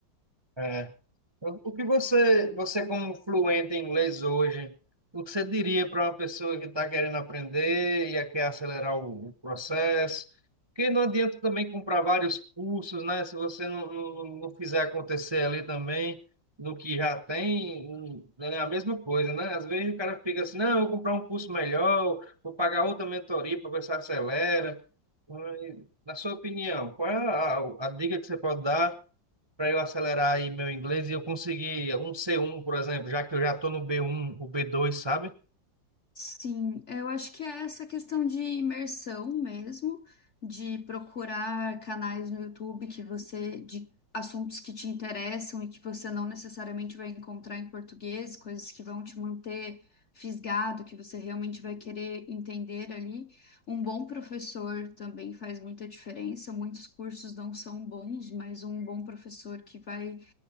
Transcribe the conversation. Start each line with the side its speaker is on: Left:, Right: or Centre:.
Right: É. O que você, você como fluente em inglês hoje, o que você diria para uma pessoa que está querendo aprender e quer acelerar o, o processo? Porque não adianta também comprar vários cursos, né? Se você não, não, não fizer acontecer ali também, no que já tem, hum, é a mesma coisa, né? Às vezes o cara fica assim, não, eu vou comprar um curso melhor, vou pagar outra mentoria para ver se acelera. Mas, Na sua opinião, qual é a, a dica que você pode dar? para eu acelerar aí meu inglês e eu conseguir um C1, por exemplo, já que eu já estou no B1, o B2, sabe?
Left: Sim, eu acho que é essa questão de imersão mesmo, de procurar canais no YouTube que você, de assuntos que te interessam e que você não necessariamente vai encontrar em português, coisas que vão te manter fisgado, que você realmente vai querer entender ali. Um bom professor também faz muita diferença. Muitos cursos não são bons, mas um bom professor que vai